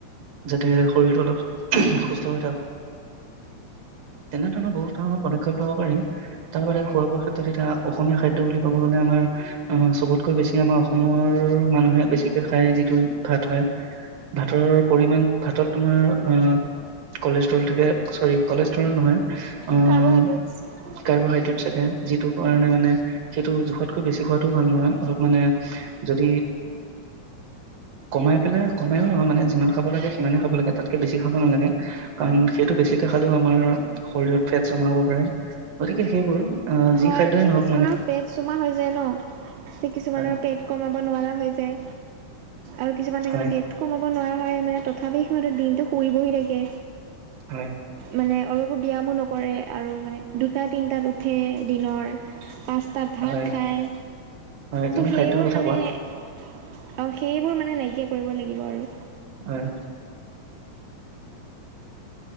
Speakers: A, on the right (about 60°); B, on the right (about 80°).
A: যাতে শৰীৰটো অলপ সুস্থ হৈ থাকে। তেনেধৰণৰ বহুত ধৰণৰ পদক্ষেপ ল'ব পাৰি। তাৰ বাদে খোৱা-বোৱাৰ ক্ষেত্ৰত এতিয়া অস অসমীয়া খাদ্য বুলি ক'ব গ'লে আমাৰ। আহ, চবতকৈ বেছি আমাৰ অসমৰ মানুহে বেছিকে খাই যিটো ভাত হয়। ভাতৰৰ পৰিমাণ ভাতত তোমাৰ অ' কলেজট্ৰল থাকে চৰি কলেজ কলেজট্ৰল নহয়। আহ
B: কাৰ্বহাইড্ৰেটছ।
A: কাৰ্বহাইড্ৰেট থাকে যিটো কাৰণে মানে সেইটো জোখতকৈ বেছি খোৱাতটো ভাল নহয়, অলপ মানে যদি কমাই পেলাই কমায়ো নহয়, মানে যিমান খাব লাগে সিমানে খাব লাগে তাতকে বেছি খাব নালাগে। কাৰণ সেইটো বেছিকে খালেও আমাৰ শৰীৰত ফেট জমা হ'ব পাৰে। গতিকে সেইবোৰ। আহ যি
B: হয়,
A: খাদ্যই
B: মানে
A: নহওক
B: কিছুমানৰ ফেটচ জমা হৈ যায় ন', যে কিছুমানৰ
A: হয়
B: পেট কমাব নোৱাৰা হৈ যায়। আৰু কিছুমান থাকে
A: হয়
B: মানে পেট কমাব নোৱাৰা হয়, মানে তথাপি সিহঁতে দিনটো শুইবহি থাকে।
A: হয়।
B: মানে অলপো ব্যায়ামো নকৰে আৰু মানে দুটা তিনটাত উঠে। দিনৰ পাঁচতাত ভাত
A: হয়
B: খায়
A: হয়
B: চ'
A: তুমি
B: সেইবোৰ
A: খাদ্যৰ কথা
B: মানে
A: কোৱা
B: অ', সেইবোৰ মানে নাইকিয়া কৰিব লাগিব আৰু।
A: হয়।